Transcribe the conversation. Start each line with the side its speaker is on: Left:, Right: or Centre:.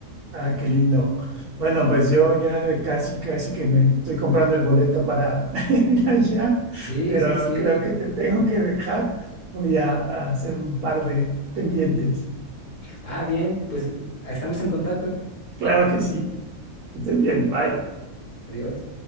Right: Ah, qué lindo. Bueno, pues yo ya casi, casi que me estoy comprando el boleto para <laughs> ir allá,
Left: Sí,
Right: pero
Left: sí, sí.
Right: creo que te tengo que dejar. Voy a, a hacer un par de pendientes.
Left: Ah, bien, pues estamos en contacto.
Right: Claro que sí. Que estés bien. Bye.
Left: Adiós.